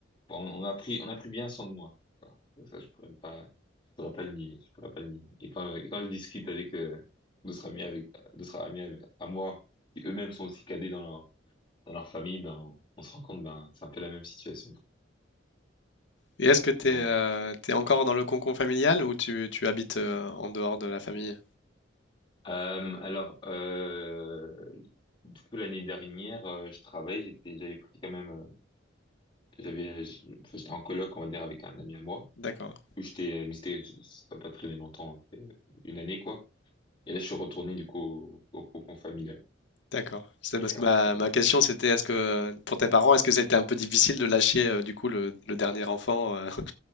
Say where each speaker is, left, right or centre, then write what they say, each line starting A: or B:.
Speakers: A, on the left; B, on the left.
A: Bon, on a pris, on a pris bien soin de moi. Voilà. Ça, je pourrais pas, je pourrais pas le nier, je pourrais pas le nier. Et quand, et quand je discute avec, euh, d'autres amis avec, d'autres amis avec- à moi, qui eux-mêmes sont aussi cadets dans leur, dans leur famille, ben, on se rend compte, ben, c'est un peu la même situation.
B: Et est-ce que tu
A: C'est drôle.
B: es, encore dans le cocon familial ou tu, tu habites euh, en dehors de la famille?
A: Euh, alors, euh, du coup, l'année dernière, euh, je travaillais, j'étais, j'avais pris quand même, euh, j'avais, je- enfin, j'étais en coloc, on va dire, avec un ami à moi.
B: D'accord,
A: Où j'étais, mais c'était, ça n'a pas très longtemps, c'était une année, quoi. Et là, je suis retourné, du coup, au, au cocon familial.
B: d'accord. C'est
A: Et
B: parce que
A: ouais,
B: ma,
A: c'est ça.
B: ma question c'était est-ce que euh, pour tes parents, est-ce que c'était un peu difficile de lâcher euh, du coup le, le dernier enfant euh, <laughs>